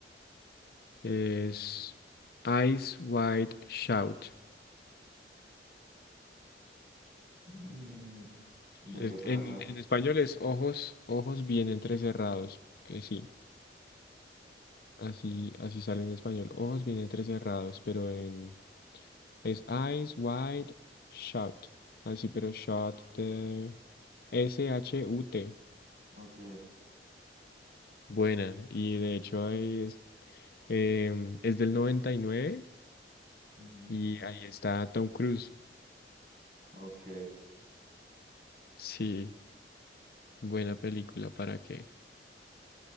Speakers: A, on the left (about 60°); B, on the right (about 45°).
A: Es Eyes Wide Shut.
B: Mm, ¿de
A: Es-
B: qué trata?
A: En, en español es ojos, ojos bien entrecerrados. Que sí, así, así sale en español. Ojos bien entrecerrados, pero en es Eyes Wide Shut. Así, pero shut de S-H-U-T.
B: Ok,
A: Buena. Y de hecho ahí es, em, es del 99 y nueve
B: ujú,
A: y ahí está Tom Cruise.
B: Ok.
A: Sí, buena película, ¿para qué?